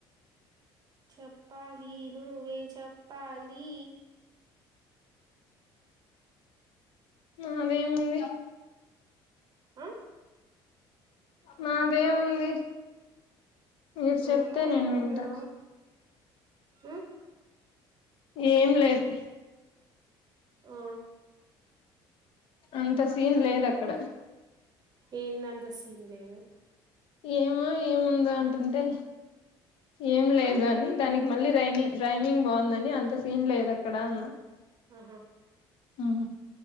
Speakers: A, on the right; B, on the left.
A: చప్పాలి నువ్వే చెప్పాలీ
B: నాదేముంది
A: అ
B: నాదేముంది మీరు చెప్తే
A: ఏమో
B: నేను
A: ఏముందో
B: వింటా
A: ఆహ్
B: ఏం లేదు
A: ఓ
B: అంత సీన్
A: లేదు
B: అక్కడ
A: ఏందంత సీన్ లేదు
B: ఏమో ఏముందో అంటుంటే ఏం లేదు
A: ఆ
B: అని దానికి మళ్ళీ రైనింగ్ రైమింగ్ బాగుందని అంత సీన్ లేదక్కడ అన్న
A: ఆహా
B: ఊ